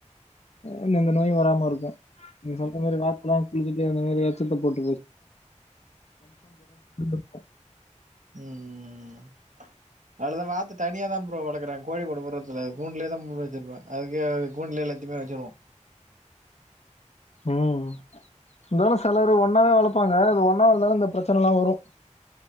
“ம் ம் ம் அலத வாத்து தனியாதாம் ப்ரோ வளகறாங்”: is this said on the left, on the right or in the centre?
Right